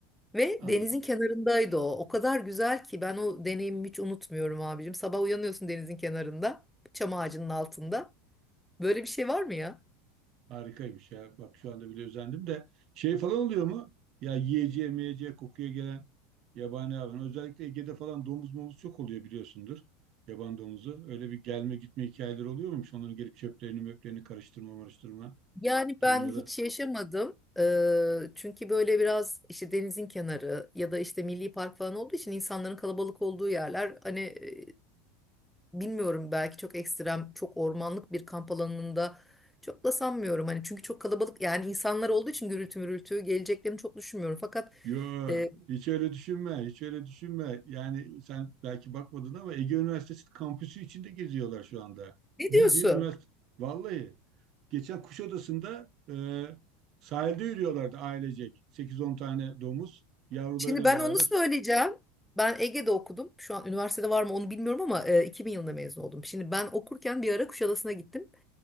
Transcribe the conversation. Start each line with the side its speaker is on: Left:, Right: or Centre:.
Centre: Ve
Right: Anladım.
Centre: denizin kenarındaydı o. O kadar güzel ki ben o deneyimimi hiç unutmuyorum abicim. Sabah uyanıyorsun denizin kenarında, çam ağacının altında. Böyle bir şey var mı ya?
Right: Harikaymış ya. Bak şu anda bile özendim de şey falan oluyor mu? Ya yiyeceğe, meyeceğe, kokuya gelen yabani hayvan. Özellikle Ege'de falan domuz momuz çok oluyor biliyorsundur. Yaban domuzu. Öyle bir gelme gitme hikayeleri oluyor muymuş? Onların gelip çöplerini möplerini karıştırma marıştırma
Centre: Yani
Right: durumları.
Centre: ben hiç yaşamadım. Ee, çünkü böyle biraz işte denizin kenarı ya da işte milli park falan olduğu için insanların kalabalık olduğu yerler hani e, bilmiyorum belki çok ekstrem, çok ormanlık bir kamp alanında çok da sanmıyorum. Hani çünkü çok kalabalık yani insanlar olduğu için gürültü mürültü geleceklerini çok düşünmüyorum. Fakat
Right: Yo,
Centre: e,
Right: hiç öyle düşünme, hiç öyle düşünme. Yani sen belki bakmadın ama Ege Üniversitesi kampüsü içinde geziyorlar şu anda.
Centre: ne
Right: Bildiğin
Centre: diyorsun?
Right: üniversite, vallahi. Geçen Kuşadası'nda e, sahilde yürüyorlardı ailecek. sekiz on tane domuz yavrularıyla
Centre: Şimdi ben
Right: beraber.
Centre: onu söyleyeceğim. Ben Ege'de okudum. Şu an üniversitede var mı onu bilmiyorum ama e, 2000 yılında mezun oldum. Şimdi ben okurken bir ara Kuşadası'na gittim.